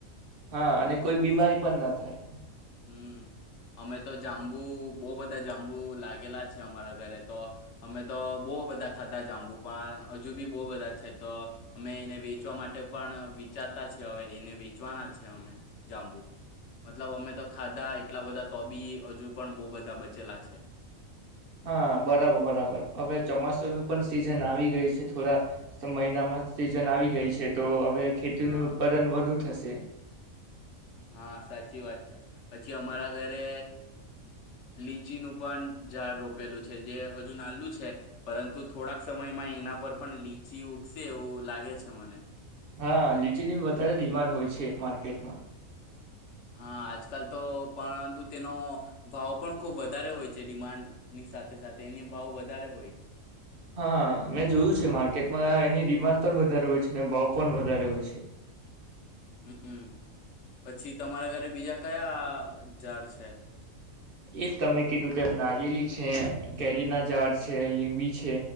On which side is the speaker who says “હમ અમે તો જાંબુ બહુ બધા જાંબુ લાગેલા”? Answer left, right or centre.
Left